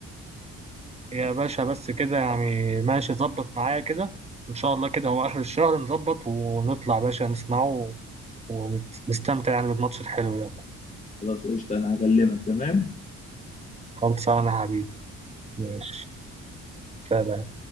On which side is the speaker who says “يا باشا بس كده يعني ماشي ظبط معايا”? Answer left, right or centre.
Right